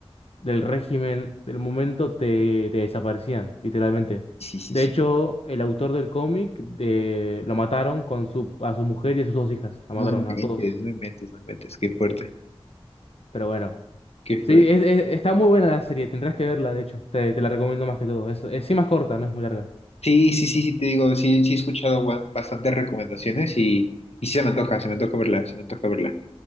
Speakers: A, on the left; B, on the left.
A: del régimen del momento, te, te desaparecían, literalmente.
B: Sí, sí,
A: De
B: sí.
A: hecho, el autor del cómic de, lo mataron con su, a su mujer y a sus dos hijas, la
B: No
A: mataron
B: me inventes,
A: a todos.
B: no me inventes, no me inventes. Qué fuerte,
A: Pero bueno,
B: qué
A: sí,
B: fuerte.
A: es- es- está muy buena la serie, tendrás que verla, de hecho, te, te la recomiendo más que todo. Es, es sí más corta, no es muy larga.
B: Sí, sí, sí, sí, te digo, sí, sí he escuchado gua- bastantes recomendaciones y, y sí se me antoja, se me antoja verla, se me antoja verla.